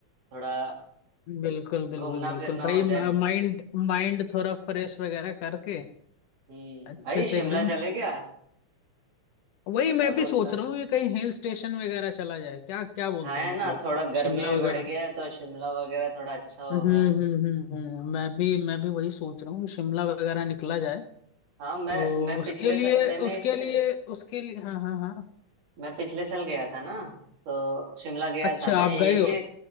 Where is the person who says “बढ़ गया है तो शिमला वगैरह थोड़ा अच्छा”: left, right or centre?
Right